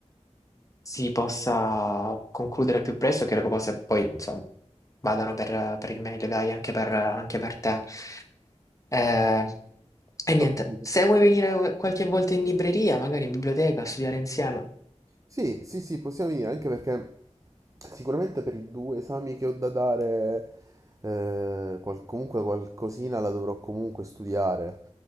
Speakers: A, on the left (about 25°); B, on the right (about 25°).
A: si possa concludere al più presto e che le cose poi, insomma, vadano per, per il meglio, dai, anche per, anche per te. Eh, e niente,
B: L'ho capito.
A: se vuoi venire qualche volta in libreria, magari in biblioteca, a studiare insieme.
B: Sì, sì, sì, possiamo venire, anche perché sicuramente per i due esami che ho da dare, eh, qual- comunque qualcosina la dovrò comunque studiare.